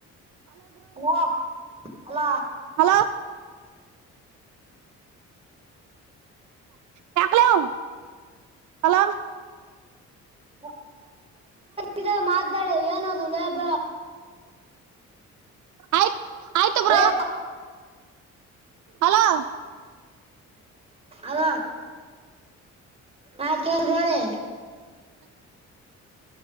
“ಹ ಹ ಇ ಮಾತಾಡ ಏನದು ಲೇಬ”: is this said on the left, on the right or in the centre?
Right